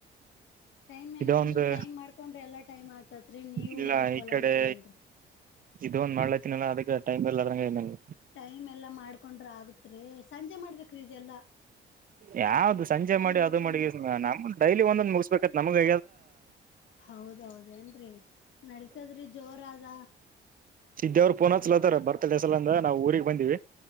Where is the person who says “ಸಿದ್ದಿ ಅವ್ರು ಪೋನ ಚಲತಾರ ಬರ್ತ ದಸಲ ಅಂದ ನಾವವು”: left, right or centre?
Right